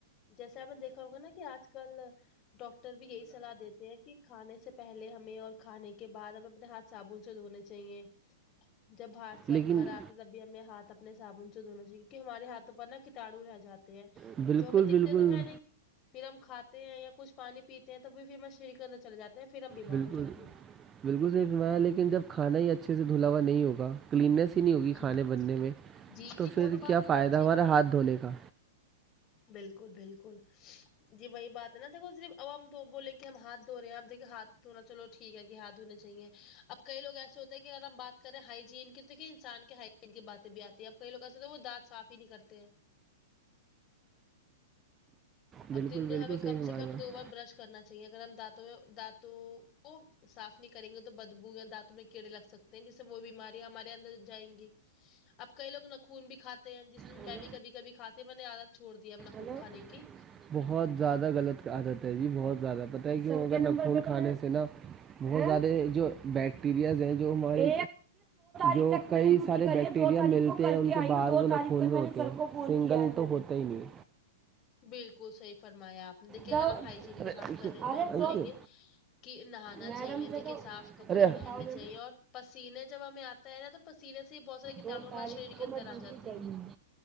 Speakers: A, on the left; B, on the right.
A: جیسے اپنے دیکھا ہوگا نا کہ آج کل ڈاکٹر بھی یہی صلاح دیتے ہیں کہ کھانے سے پہلے ہمیں اور کھانے کے بعد ہمیں اپنے ہاتھ صابن سے دھونے چاہیے جب باہر سے ہم
B: لیکن
A: گھر آتے تب بھی ہمیں ہاتھ اپنے صابن سے دھنا چاہیے کیونکہ ہمارے ہاتھوں پرنا کٹانو رہ جاتے ہیں
B: بالکل
A: جو ہمیں دکھتے
B: بالکل
A: تو ہے نہیں پھر ہم کھاتے ہیں یا کچھ پانی پیتے ہیں تو پھر بھی شریر کے اندر چلے جاتے ہیں پھر ہم بیمار
B: بالکل
A: ہو جاتے ہیں
B: بالکل صحیح فرمایا لیکن جب کھانا ہی اچھے سے دھولاوا نہیں ہوگا کلیننس نہیں ہوگی
A: جی
B: کھانے
A: جی
B: بننے میں
A: جی
B: تو
A: جی
B: پھر
A: بہت بات
B: کیا
A: بہت
B: فائدہ ہمارا ہاتھ دھونے کا
A: بلکل بلکل جی وہی بات ہے نا دیکھو صرف اب ہم دو بولیں کہ ہم ہاتھ دھو رہے ہیں اپ دیکے ہاتھو رہا چلو ٹھیک ہے کہ ہاتھ دونے چاہے اب کئی لوگ ایسے ہوتے ہیں کہ اگر ہم بات کرے ہائیجین کی دیک انسان کے حیجین کی باتیں بھی آتی ہے اب کئی لوگ ایسے تو وہ دانت صاف ہی نہیں کرتے ہیں
B: بالکل
A: اب دن نے
B: بالکل
A: ہمیں
B: صحیح
A: کم
B: فرما
A: سے کم
B: رہے ہو
A: دو بار برش کرنا چاہیے اگر ہم دانتوں میں دانتوں کو صاف نہیں کریں گے تو بدبو یا دانتوں میں کیڑے لگ سکتے ہیں جسے وہ بیماریاں ہمارے اندر جائیں گی اب کئی لوگ نا خون بھی کھاتے ہیں جس میں
B: ہلو
A: میں بھی کبھی کبھی کھاتی ہو میں نے عادت چھڑ دیا ہے اپنا خون
B: ہلو
A: کھانے کی
B: بہت زیادہ غلط کہ عادت ہے جی بہت زیادہ پتہ ہے کہ وہ اگر خون کھانے سے نا بہت زیادے جو بیکٹیریاز ہیں جو ہمارے جو کئی سارے بیکٹیریا ملتے ہیں ان کے باہر وہ نہ خون میں ہوتے ہیں سنگل تو ہوتا ہی نہیں
A: بالکل صحیح فرمایا آپ نے دیکھیے
B: دو-
A: اگر ہم ہائجین
B: ارے
A: کی بات
B: دو
A: کر رہے ہیں
B: ارے
A: تو ہم بولیں گے کہ نہانا
B: میڈم
A: چاہیے
B: سے
A: دیکھیے
B: تو
A: صاف کپڑے
B: ارے بتاؤ
A: پہننے
B: میڈم،
A: چاہیے اور پسینے جب ہمیں آ تا ہے تو پسینے سے ہی بہت سارے کٹانو
B: دو
A: ہمارے
B: تاریخ
A: شریر کے
B: کو
A: اندر
B: میں ڈیوٹی
A: آ جاتے
B: گئی
A: ہیں
B: ہوں